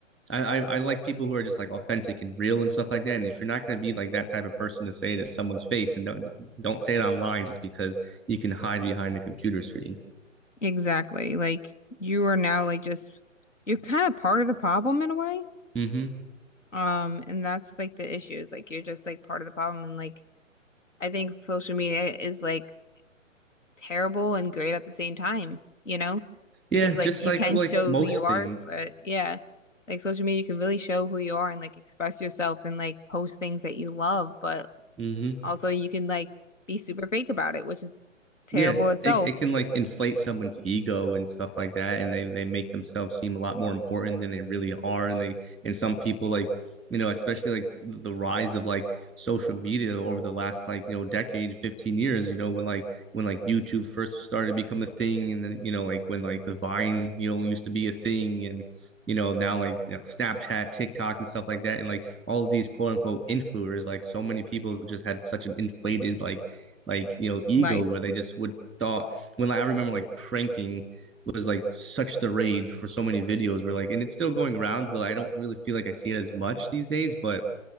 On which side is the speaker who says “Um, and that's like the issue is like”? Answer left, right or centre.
Left